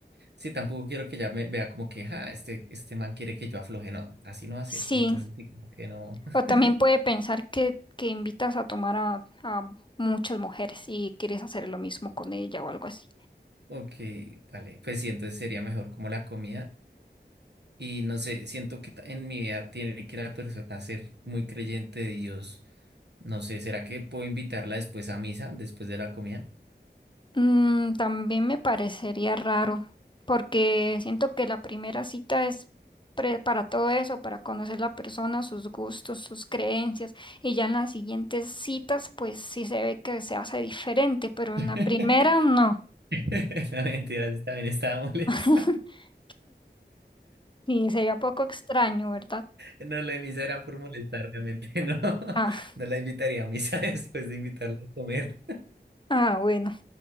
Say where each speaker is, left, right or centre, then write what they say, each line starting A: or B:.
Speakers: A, on the right; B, on the left.
A: Sí, tampoco quiero que ya me vea como que, ah, este, este man quiere que yo afloje. No, así no va a ser.
B: Sí,
A: Entonces, sí, como que no. <laughs>
B: o también puede pensar que, que invitas a tomar a, a muchas mujeres y quieres hacer lo mismo con ella o algo así.
A: Ok, vale. Pues sí, entonces sería mejor como la comida. Y no sé, siento que ta- en mi vida tiene que la persona ser muy creyente de Dios. No sé, ¿será que puedo invitarla después a misa, después de la comida?
B: Mm, también me parecería raro, porque siento que la primera cita es pre- para todo eso, para conocer la persona, sus gustos, sus creencias, y ya en las siguientes citas, pues sí se ve que se hace diferente, pero
A: <laughs>
B: en la primera no.
A: La mentira, sí, también estaba <laughs> molesta.
B: <laughs> Sí, sería un poco extraño, ¿verdad?
A: No, la de misa era por molestar, obviamente, <laughs> no.
B: Ah,
A: No la invitaría a misa <laughs> después de invitarla a comer.
B: ah, bueno,